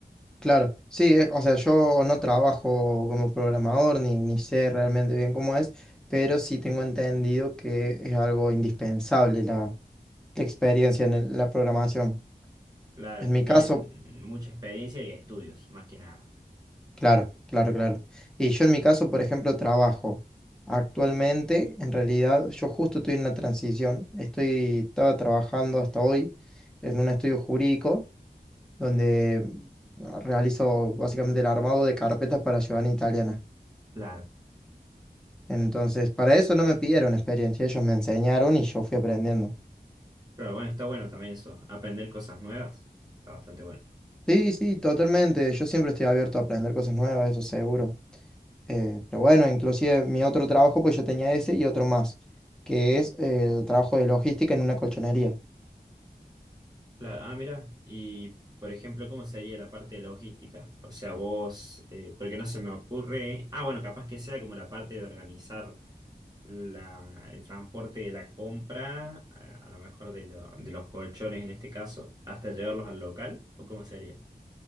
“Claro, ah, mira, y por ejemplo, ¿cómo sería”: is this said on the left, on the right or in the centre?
Right